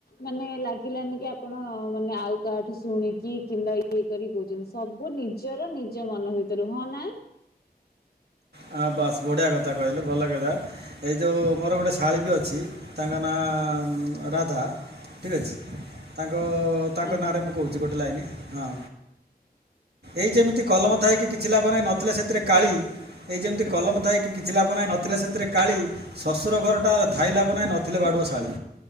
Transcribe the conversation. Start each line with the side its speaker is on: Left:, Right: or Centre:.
Left: ମାନେ ଲାଗିଲାନି କି ଆପଣ ମାନେ ଆଉ କାହାଠୁ ଶୁଣିକି କିମ୍ବା ଇଏ କରି କହୁଛନ୍ତି ସବୁ ନିଜର ନିଜ ମନ ଭିତରୁ ହଁ ନା।
Right: ହଁ ବାସ୍ ବଢ଼ିଆ କଥା କହିଲେ ଭଲ କଥା। ଏଇ ଯେଉଁ ମୋର ଗୋଟିଏ ଶାଳୀ ବି ଅଛି ତାଙ୍କ ନାଁ ରାଧା। ଠିକ୍ ଅଛି ତାଙ୍କ ତାଙ୍କ
Left: ଆଜ୍ଞା।
Right: ନାଁରେ ମୁଁ କହୁଛି ଗୋଟେ ଲାଇନ ହଁ। ଏଇ ଯେମିତି କଲମ ଥାଇକି କିଛି ଲାଭ ନାହିଁ ନଥିଲେ ସେଥିରେ କାଳି ଏଇ ଯେମିତି କଲମ ଥାଇକି କିଛି ଲାଭ ନାହିଁ ନଥିଲା ସେଥିରେ କାଳି ଶ୍ୱଶୁର ଘରଟା ଥାଇଲାଭ ନାହିଁ ନଥିଲେ ବାଡ଼ୁଆ ଶାଳୀ।